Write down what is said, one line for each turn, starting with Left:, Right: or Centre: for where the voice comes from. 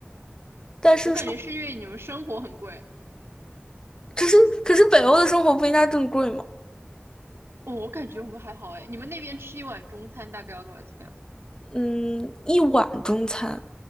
Left: 但是。
Right: 我感觉是因为你们生活很贵。
Left: 可是可是北欧的生活不应该更贵吗？
Right: 哦，我感觉我们还好哎。你们那边吃一碗中餐大概要多少钱？
Left: 嗯，一碗中餐，